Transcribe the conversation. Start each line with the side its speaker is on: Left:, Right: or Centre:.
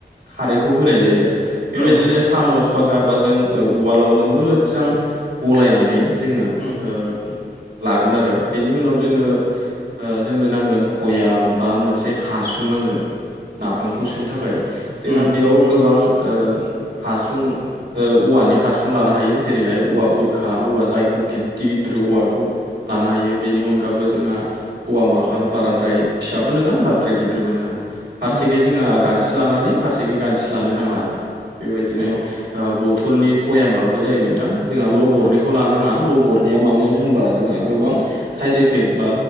Right: खारैखौ होनाय जायो आरो बेबायदिनो
Left: औ
Right: सामस बा गारबाजों ओ उवालावनो मोजां गलायनानै जोङो
Left: उम
Right: ओ लागोन आरो बेनि उनाव जोङो ओ जोंनो नांगोन भयाम बा मोनसे हास सुं नांगोन नाफामखौ सोनो थाखाय जोंहा
Left: उम
Right: बेयाव गोबां ओ हासुं ओ औवानि हासुं लानो हायो जेरैहाय औवा बुरखा औवा जायखौ गिदिर गिदिर औवाखौ लानो हायो बेनि अनगाबो जोंहा औवा माखाल बाराद्राय फिसाबो नोङा बाराद्राय गिदिरबो नोङा फारसेखै
Left: उम
Right: जोंहा गान थि लानानै फारसेखि गानथि लानो नाङा आरो बेबायदिनो
Left: औ
Right: ओ बथलनि भयामबाबो जायो नों थां जोंहा ल'बरनिखौ लानो नाङा ल'बरनिया मानो होनबा जोंहा गोबां साइड इफेक्ट बा